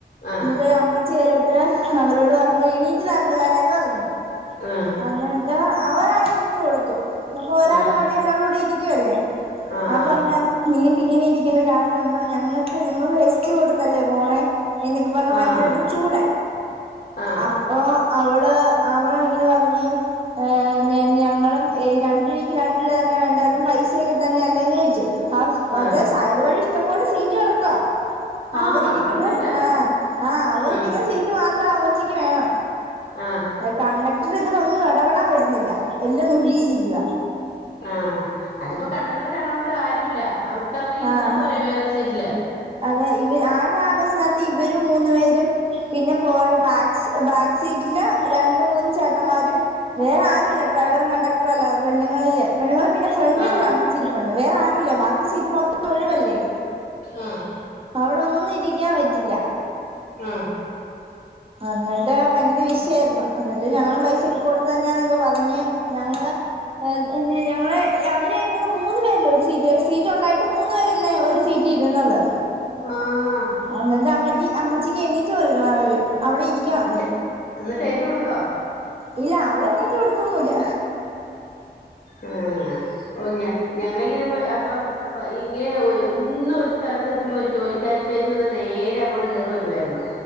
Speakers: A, on the left; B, on the right.
A: ആഹ്
B: എന്നിട്ട് അമ്മച്ച കേറിട്ട് അവരോട് പറഞ്ഞു എണീക്കല പിള്ളോരേന്ന് പറഞ്ഞു
A: ആ
B: എന്നിട്ട് ഒരാൾ എണീറ്റ് കൊടുത്തു നമ്മ ഒരാളുടെ
A: ആഹ്
B: മട ഒരാളോടെ ഇരിക്കുവല്ലേ
A: ആഹ്
B: അബ അല്ലെ നിങ്ങക്ക് ഇങ്ങനെ ഇരിക്കേണ്ട കാര്യമുണ്ടോ ഞങ്ങൾക്ക് നിങ്ങൾ എസ്റ്റ് കൊടുത്തല്ലേ പോണേ എന്നൊക്കെ പറഞ്ഞാ
A: ആഹ്
B: ഭയങ്കരട്ട ചൂടായി
A: ആഹ് ആഹ്
B: അപ്പൊ അവള് അവള ഇങ്ങനെ പറഞ്ഞു ഏ ഞങ്ങളും രണ്ടു രൂപയ്ക്ക് രണ്ടു രൂപ തന്നെ വേണ്ട അതും പൈസയൊക്കെ തന്നെയ അല്ലേ ചോയ്ച്ചു ഹൗ മറ്റേ
A: ആഹ്
B: സൈഡ് വഴി ഇഷ്ടം പോലെ സീറ്റ് കിടക്ക
A: ആഹാ
B: അവരിരിക്കുന്ന
A: അന്നിട്ട്
B: ആഹ ആ അവരിരിക്കുന്ന
A: ആഹ്
B: സീറ്റ് മാത്രം ആമ്മച്ചിക്ക് വേണം
A: ആഹ
B: കണ്ടക്ടർ ഇതിനൊന്നും ഇടപെടാൻ വരുന്നില്ല എല്ലാം നോക്കിയിരിക്ക
A: ആഹ അതിപ്പോ കണ്ടക്ടർ ഇത കൊണ്ട് കാര്യമ ഇല്ല അവർക്ക് അവിടെ ഇരുന്നാ
B: ആഹ്
A: പോര വേറെ സീറ്റില്
B: അതെ ഇവ ആ ആ ബസ്സി നകത്ത് ഇവരും മൂന്നു പേരും പിന്നെ പോയ ബാക്ക് ബാക്ക് സീറ്റില് രണ്ട മൂന്ന് ചേട്ടന്മാരും വേറെ ആരും ഇല്ല ഡ്രൈവറും കണ്ടക്ടറും അല്ല പെണുില് പെണ്ണ്ങ്ങൾ പിന്നെ ഫ്രണ്ടിലൊരു
A: ആഹ്
B: അമ്മച്ചിരിപ്പുണ്ട് വേറെ ആരുമല്ലോ ബാക്കി സീറ്റ് മൊത്തം ഒഴിവല്ലേ
A: ആഹ
B: അവിടൊന്നും ഇരിക്കാൻ പറ്റില്ല
A: ആഹ
B: എന്നിട്ട് ഭയങ്കര വിഷയായിരുന്നു എന്നിട്ട് ഞങ്ങളും പൈസ ഇക്ക കൊടുത്തു തന്നെയന്നൊക്കെ പറഞ്ഞ് ഞങ്ങള് പിന്നെ ഞങ്ങ അവര് ഇങ്ങനെ മൂന്ന പേരല്ലേ ഒരു സീറ്റ് സീറ്റ് ഉണ്ടായിട്ട് മൂന്ന് പേരല്ലേ ഒരു സീറ്റ് രുന്നത്
A: ആഹ്
B: എന്നിട്ട് അമ്മ അമ്മച്ചിക്ക് എണീറ്റ്ക്ക അവിടെ ഇരിക്കണം
A: എന്നിട്ട് എന്നിട്ട് നീറ്റ് കൊടുത്തോ
B: ഇല്ല അവള് നീറ്റ്കൊടുത്തൊന്നുംല്ല
A: ആ ഓ ഞ ഞങ്ങള ഇങ്ങനെ പോ അപ്പൊ ഇങ്ങനെ ഒ എന്ന ഒരു സ്ഥലത്തെ എത്തുമ്പോ ഒരു ജോലിക്കാാര് ചേച്ചി വന്നാൽ നേരെ അങ്ങോട്ട് കേയറി വരുവായിരുന്നു